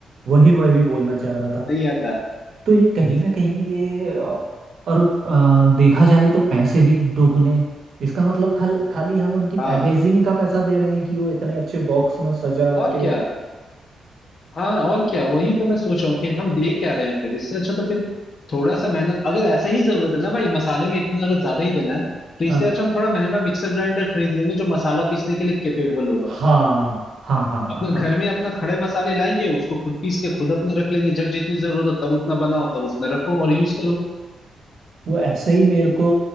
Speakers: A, on the right; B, on the left.
A: वही मैं भी बोलना चाह रहा था
B: नहीं आता
A: तो ये कहीं ना कहीं ये अ, और अ, देखा जाए तो पैसे भी दोगुने इसका मतलब खल, खाली हम उनकी पैकेजिंग
B: हाँ
A: का पैसा दे रहे हैं कि वो इतने अच्छे बॉक्स में सजा
B: और
A: के
B: क्या हाँ और क्या वही तो मैं सोच रहा हूँ कि हम दे क्या रहे हैं फिर इससे अच्छा तो फिर थोड़ा सा मेहनत अगर ऐसा ही जरूरत है ना भाई मसाले में इतना अगर ज्यादा ही देना है तो इससे
A: हाँ
B: अच्छा हम थोड़ा महंगा मिक्सर ग्राइंडर खरीद लेंगे जो मसाला पीसने के लिए केपेबल होगा
A: हाँ हाँ हाँ हाँ
B: अपना घर
A: हाँ
B: में अपना खड़े मसाले लाएंगे उसको खुद पीस के खुद अपना रख लेंगे जब जितनी जरूरत हो तब उतना बनाओ तब उतना रखो और यूज करो
A: वो ऐसे ही मेरे को